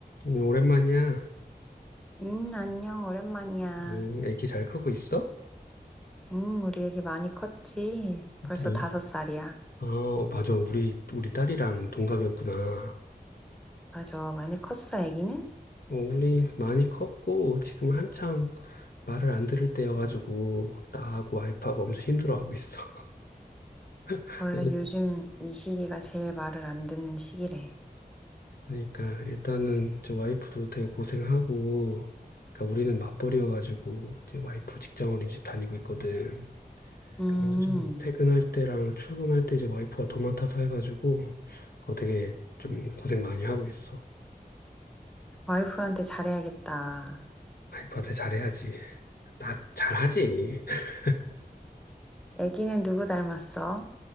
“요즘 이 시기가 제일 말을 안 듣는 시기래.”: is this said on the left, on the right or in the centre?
Centre